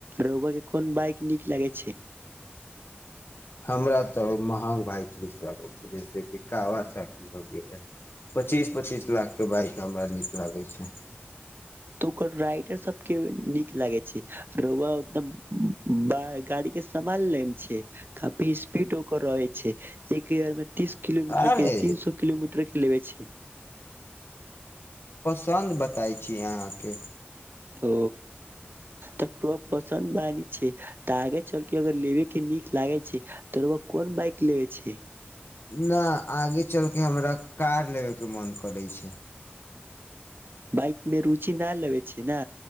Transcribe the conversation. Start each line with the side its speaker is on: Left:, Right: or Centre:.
Right: रोवा केँ कोन बाइक नीक लागय छैक
Left: हमरा तऽ महँग बाइक नीक लागय छैक जैसेेकी कारवा सब- पच्चीस पच्चीस लाख केँ बाइक हमरा नीक लागय छैक
Right: तऽ ओकर राइडर सब केँ नीक लागय छैक रवा एकदम <unintelligible> गाड़ी केँ समाल लेम छियैक काफी स्पीड ओकर रहय छैक एक गेअर मे तीस किलोमीटर
Left: अरे
Right: केँ तीन सो किलोमीटर केँ लेबे छै
Left: चन्द बताै छी अहाँके <unintelligible>
Right: ओ तऽ पसन्द बानी छैक तऽ आगे चलकेँ अगर लेबे केँ नीक लागय छैक त रउआ कोन बाइक लेबय छैक
Left: नहि आगे चलकेँ हमरा कार लेबेकेँ मन करय छैक
Right: बाइक मे रुचि नहि लेबय छैक ने